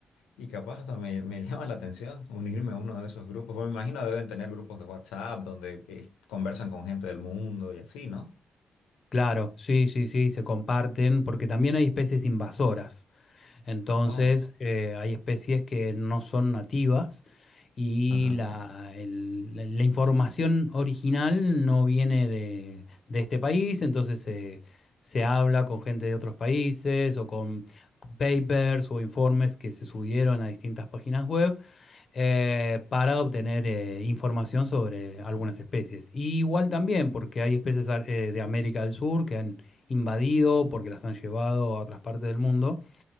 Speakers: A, on the left (about 90°); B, on the left (about 50°).
A: Y capaz hasta me, me <laughs> llama la atención unirme a uno de esos grupos. Porque me imagino deben tener grupos de WhatsApp donde eh, conversan con gente del mundo y así, ¿no?
B: Claro, sí, sí, sí, se comparten porque también hay especies invasoras. Entonces,
A: Oh,
B: eh, hay especies que no son nativas y
A: ajá.
B: la, el- la- la información original no viene de, de este país, entonces se se habla con gente de otros países o con papers o informes que se subieron a distintas páginas web eh, para obtener eh, información sobre algunas especies. Y igual también, porque hay especies ar- eh, de América del Sur que han invadido, porque las han llevado a otras partes del mundo.